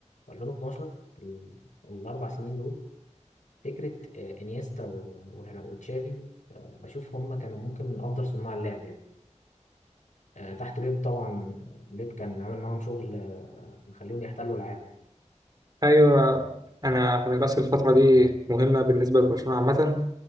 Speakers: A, on the left; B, on the right.
A: و2012 ال- الأربع سنين دول فكرة آه، إنيستا و- وهيرا- وتشافي آه، بشوف هم كانوا ممكن من أفضل صناع اللعب يعني آه، تحت بيب طبعا بيب كان عامل معاهم شغل آه، مخليهم يحتلوا العالم
B: أيوه أنا خلي بس الفترة دي مهمة بالنسبة لبرشلونة عامة